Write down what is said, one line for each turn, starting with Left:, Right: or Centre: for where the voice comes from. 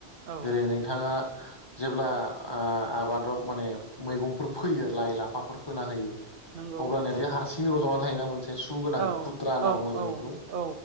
Right: औ
Left: जेरै नोंथाङा जेब्ला ओ आबादाव माने मैगंफोर फोयो लाइ लाफाफोर फोना होयो।
Right: नंगौ
Left: अब्लानो बे हारसिं रज'नानै थायोना मोनसे सुगोनां
Right: औ
Left: खुथ्रा होनना
Right: औ
Left: बुङो जों
Right: औ
Left: बेखौ।
Right: औ